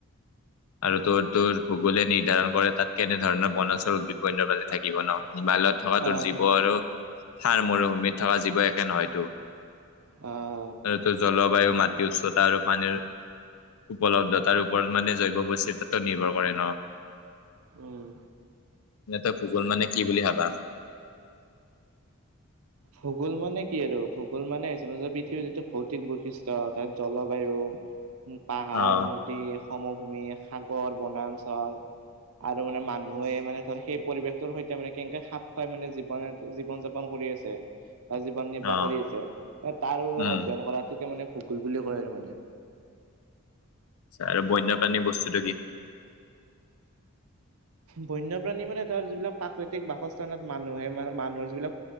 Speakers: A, on the left; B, on the right.
A: আৰু তোৰ, তোৰ গগোলে নিৰ্ধাৰণ কৰে তাত কেনেধৰণৰ বনাছৰ উদ্ বণ্য প্ৰানী থাকিব ন হিমালয়ত থকা
B: আহ
A: তোৰ জীৱ আৰু সাৰ মৰুভূমিত থকা জীৱ একে নহয়তো।
B: অ'।
A: এইটো জলবায়ু মাটি উচ্চতা আৰু পানীৰ উপলব্ধ তাৰ ওপৰত মানে জৈৱ বস্থিততাতটো নিৰ্ভৰ কৰে ন।
B: উম।
A: এনে তই ভূগোল মানে কি বুলি ভাবা।
B: ভূগোল মানে কি আৰু ভূগোল মানে জৈবিক নপৃথিৱীৰ যিটো ভৌতিক বৈশিষ্ট্য তাত জলবায়ু উ, পাহাৰ
A: অ
B: নদী সমভূমি সাগৰ বনাঞ্চল। আৰু মানে মানুহে মানে ধৰ সেই পৰিৱেশটোৰ সৈতে মানে কেনেকে খাপ খুৱাই মানে জীৱন, জীৱন যাপন কৰি আছে। জীৱন নিৰ্বাহ
A: অ
B: কৰি আছে তাৰ অধ্যয়ন
A: উম
B: কৰাটোকে মানে ভূগোল বুলি কয় আৰু মানে।
A: আৰু বন্যপাণীৰ বস্তুতটো কি?
B: বন্যপ্ৰাণী মানে তাৰ যিবিলাক প্ৰাকৃতিক বাসস্থানত মানুহে মান মানুহৰ যিবিলাক